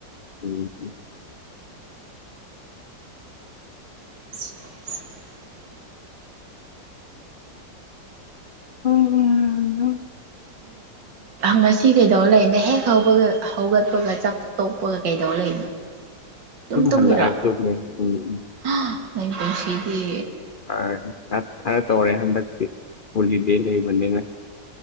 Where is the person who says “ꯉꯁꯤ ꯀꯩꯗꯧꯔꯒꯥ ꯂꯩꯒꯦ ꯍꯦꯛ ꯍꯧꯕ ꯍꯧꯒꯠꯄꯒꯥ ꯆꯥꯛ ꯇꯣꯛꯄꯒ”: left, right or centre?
Right